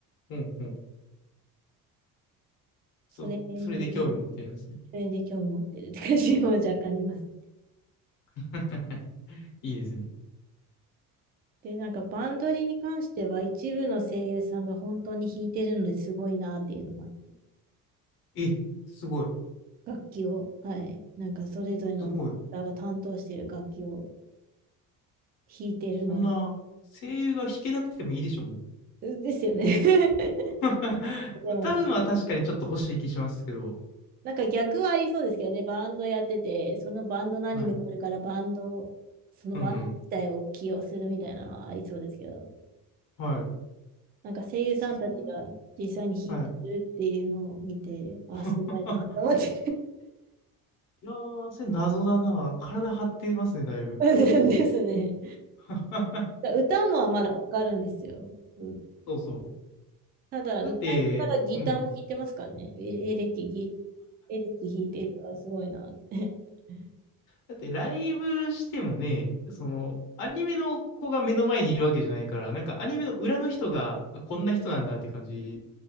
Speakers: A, on the left; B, on the right.
A: うん、うん。そ、
B: それの
A: それで興味持ってるんですね。
B: 影響で興味持ってるって感じも若干あります。
A: <laughs> いいですね。
B: で、なんかバンドリに関しては一部の声優さんが本当に弾いてるのですごいなっていうのもあって、
A: え、すごい。
B: 楽器を、はい、なんかそれぞれのキターが担当してる楽器を
A: すごい。
B: 弾いてるので、
A: そんな、声優が弾けなくてもいいでしょ、もう。
B: <laughs> ですよね <laughs> で
A: <laughs> 歌うのは確かにちょっと欲しい気しますけど。
B: も、なんか逆はありそうですけどね、バンドやってて、そのバンドのアニメがあるからバンド、
A: はい。
B: そのバンド自体を起用するみたいなのはありそうですけど、
A: うん、うん。はい。
B: なんか声優さんたちが実際に弾いてるっていうのを見て、
A: そん、はい。
B: あ、
A: <laughs>
B: すごいなと思って
A: いやー、それ謎だな。体張ってますね、だいぶ。
B: <laughs> ですね。
A: <laughs>
B: 歌うのはまだわかるんですよ。う
A: そうそ
B: ただ、
A: う。
B: 歌いながらギターも弾いてますからね。
A: だって、うん。
B: エエレキ、ギ、エレキ弾いてるからすごいなって。<laughs>
A: だって、ライブしてもね、その、アニメの子が目の前にいるわけじゃないから、なんかアニメの裏の人が、あ、こんな人なんだって感じ